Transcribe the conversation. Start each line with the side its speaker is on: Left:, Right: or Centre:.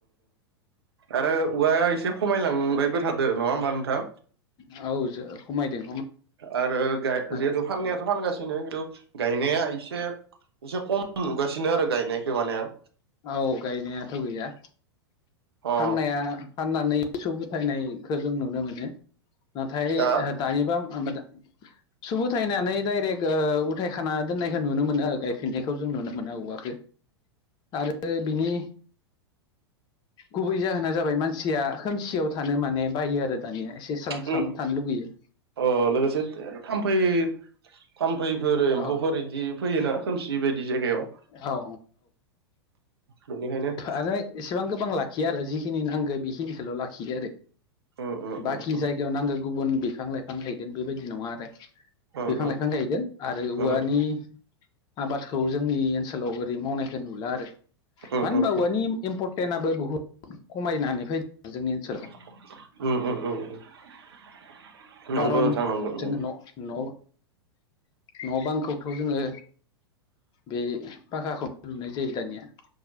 Right: आरो औवाया एसे खमायलांबायबो था दों नङा होमबा नोंथां
Left: औ खमायदों
Right: आरो जिहेतु
Left: खमायदों
Right: गाय फाननायाथ' फानगासिनो खिन्थु गायनाया एसे एसे खम नुगासिनो आरो गायनायखौ माने आं
Left: औ गायनायाथ' गैया
Right: अ
Left: फाननाया फाननानै <unintelligible> नायखो जों नुनो मोनो नाथाय
Right: दा
Left: दानिबा <unintelligible> सुब उथायनानै डाइरेक्ट उथायखाना दोननायखौ नुनो मोनो आरो गायफिननायखौ जों नुनो मोना औवाखो आरो बिनि गुबै जाहोना जाबाय मानसिया खोमसियाव थानो माने बायो आरो दानिया एसे स्रां स्राङाव
Right: उम
Left: थानो लुगैयो
Right: अ लोगोसे थामफै थामफैफोर
Left: औ
Right: एम्फौफोर बिदि फैयोना खोमसि बायदि जायगायाव
Left: औ
Right: बेनिखायनो
Left: आरो एसेबां गोबां लाखिया आरो जि जिनि नांगो बेखिनिखौल' लाखियो आरो
Right: उम उम उम
Left: बाखि जायगायाव नांगो गुबुन बिफां लाइफां गायगोन बेबायदि नङा आरो
Right: उम
Left: बिफां लाइफां गायगोन आरो औवानि
Right: उम
Left: आबादखौ जोंनि ओनसोलाव ओरै मावनायखौ नुला आरो
Right: उम
Left: मानो होनबा
Right: उम
Left: औवानि इम्परटेन्आबो बुहुद खमायनानै फैदों जोंनि ओनसोलाव
Right: <unintelligible> नंगौ
Left: खारन
Right: नोंथां नंगौ नंगौ
Left: जोङो न न न बांखौथ' जोङो बे फाखाखौनो लुनाय जायो दानिया